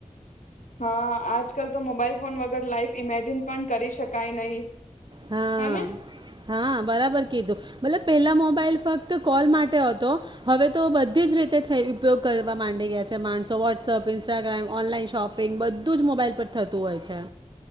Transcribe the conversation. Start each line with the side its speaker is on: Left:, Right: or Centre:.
Left: હા આજકાલ તો મોબાઈલ ફોન વગર લાઈફ ઈમેજિન પણ કરી શકાય નહી.
Right: હા
Left: હે ને
Right: હા બરાબર કીધું. મતલબ પેલા મોબાઈલ ફક્ત કોલ માટે હતો, હવે તો બધી જ રીતે થ ઉપયોગ કરવા માંડી ગયા છે. માણસો WhatsApp, Instagram, online shopping બધુ રોજ મોબાઈલ પર થતું હોય છે.